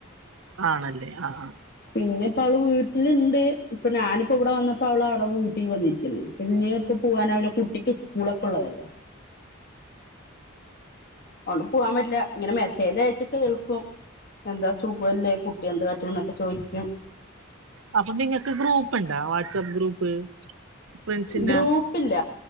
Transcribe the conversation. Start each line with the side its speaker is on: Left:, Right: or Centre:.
Right: ആണല്ലേ ആ
Left: പിന്നെ ഇപ്പ അവള് വീട്ടിലുണ്ട് ഇപ്പൊ ഞാനിപ്പോ ഇവിടെ വന്നപ്പോ അവള് അവിടെ വീട്ടിൽ വന്നിരിക്ക പിന്നെ ഇപ്പ പോവൻ അവടെ കുട്ടിക്ക് സ്കൂളൊക്കെ ഉള്ളതല്ലേ അണ്ട് പോവാൻ പറ്റില്ല ഇങ്ങനെ മെസ്സേജ് അയച്ച കേൾക്കും എന്താ സുഖ പോല്ലേ കുട്ടി എന്ത് കാട്ടണം എന്നൊക്കെ ചോദിക്കും
Right: അപ്പൊ നിങ്ങക്ക് ഗ്രൂപ്പ് ഇണ്ടാ വാട്സആപ്പ് ഗ്രൂപ്പ് ഫ്രണ്ട്സിന്റെ
Left: ഗ്രൂപ്പില്ല